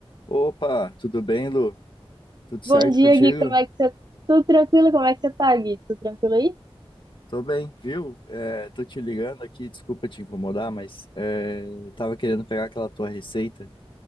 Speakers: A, on the left (about 55°); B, on the right (about 45°).
A: Opa, tudo bem, Lu? Tudo certo
B: Bom dia,
A: contigo?
B: Gui. Como é que você... Tudo tranquilo? Como é que você tá, Gui? Tudo tranquilo aí?
A: Tô bem, viu? É, tô te ligando aqui, desculpa te incomodar, mas é, tava querendo pegar aquela tua receita